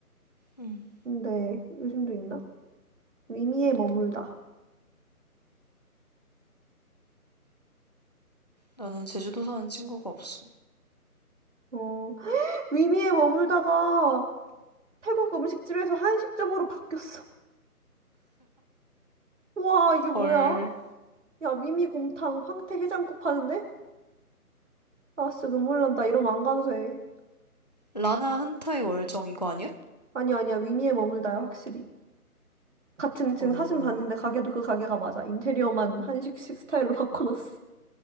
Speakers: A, on the left; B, on the right.
A: 음.
B: 근데 요즘도 있나? 위미에 머물다.
A: 나는 제주도 사는 친구가 없어.
B: 어 <gasps> <laughs> 위미에 머물다가 태국 음식집에서 한식점으로 바뀌었어. 와 이게 뭐야?
A: 헐.
B: 야 위미 곰탕, 황태 해장국 파는데? 아 진짜 눈물 난다. 이러면 안 가도 돼.
A: 라나 한타의 월정 이거 아니야?
B: 아니 아니야 위미에 머물다야 확실히 같은 지금
A: 어,
B: 사진 봤는데 가게도 그 가게가 맞아 인테리어만 한식식 스타일로 <laughs> 바꿔놨어